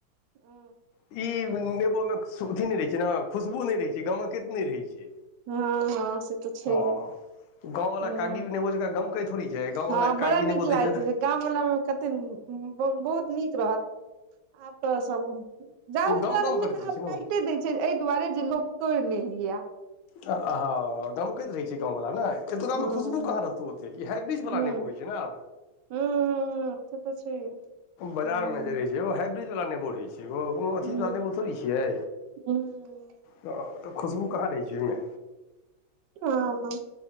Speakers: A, on the right; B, on the left.
A: ह
B: ई नेबोमे अथी नहि रहै छै ने खुशबू नहि रहै छै गमकेैत नहि रहै छै
A: हँ से तऽ छैहे
B: हँ गाँववाला
A: ह
B: कागजी नेबो जका गमकई थोरि छै गाँववला
A: हँ बड़ा
B: कागजी
A: नीक
B: नेबो
A: लागैत
B: दै तऽ
A: रहै छै गामवला मे कते बहु बहुत नीक रहत आ तऽ सब जादा
B: गम
A: तऽ
B: गम
A: आदमी
B: करैत
A: तऽ
B: रहै छै
A: आब
B: ने
A: काइटे दै छै एहि दुआरे जे लोक तोड़ि नहि लियै
B: हँ अहा दमकैत रहै छै गाँवला ने एत त गाममे
A: हूं
B: खुशबू कहाँ रहतौ ओते ई हाइब्रिज वला
A: हूं
B: नेबो होइ छै ने
A: हूं से तऽ छैहे
B: बाजारमे
A: हूं
B: जे रहै छै ओ हाइब्रिडवला नेबो रहैत छै ओ कोनो अथीवला
A: हूं
B: नेबो थोड़े छियै
A: हूं
B: तऽ ओत खुशबू कहाँ रहै छै ओहिमे
A: हं